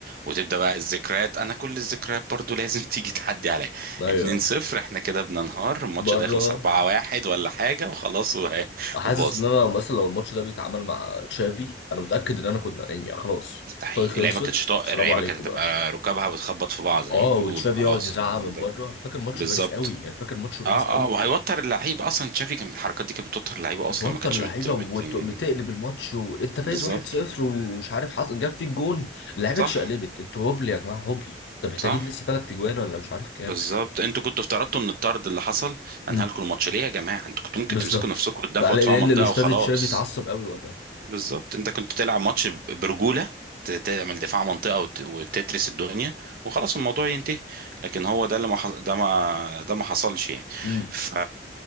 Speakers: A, on the right; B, on the left.
A: وتبدا بقى الذكريات انا كل الذكريات برضو لازم <laughs> تيجي تعدي عليا
B: ايوه
A: 2 0 احنا كده بننهار الماتش
B: بره
A: ده يخلص 4 1 ولا حاجه وخلاص وه- <laughs>
B: حاسس
A: وباظ
B: ان انا مثلا لو الماتش ده بيتعامل مع تشافي انا متاكد ان انا كنا يعني خلاص
A: مستحيل
B: طي خلصت
A: اللعيبه كانت شطاء
B: السلام
A: اللعيبه
B: عليكم
A: كانت هتبقى
B: بقى
A: ركابها بتخبط في بعض زي
B: اه
A: ما بيقولوا
B: وتشافي
A: خلاص
B: يقعد يزعق
A: الموضوع
B: من
A: انتهى.
B: بره انا فاكر ماتش
A: بالظبط
B: باريس قوي انا فاكر ماتش باريس
A: اه
B: قوي
A: اه وهيوتر اللعيب اصلا تشافي كان الحركات دي كانت بتوتر اللعيبه
B: بتوتر
A: اصلا ما كانتش
B: اللعيبه
A: بت... بت...
B: وبتقلب
A: بت...
B: الماتش وانت فايز
A: بالظبط
B: 1-0 ومش عارف حصل جاب فيك جون اللعيبه
A: صح
B: اتشقلبت انتوا هبل يا جماعه هبل ده محتاجين
A: صح
B: لسه ثلاث اجوان ولا مش عارف كام
A: بالظبط انتوا كنتوا افترضتوا ان الطرد اللي حصل
B: امم
A: انهى لكم الماتش ليه يا جماعه انتوا كنتوا ممكن
B: بالظبط
A: تمسكوا نفسكم وتدافعوا
B: بقى- لان
A: دفاع منطقه
B: الاستاذ
A: وخلاص
B: تشافي اتعصب قوي وقتها
A: بالظبط انت كنت تلعب ماتش ب- برجوله ت- تعمل دفاع منطقه وت- وتترس الدنيا وخلاص الموضوع ينتهي لكن هو ده اللي ما حص- ده ما ده ما حصلش يعني
B: امم
A: ف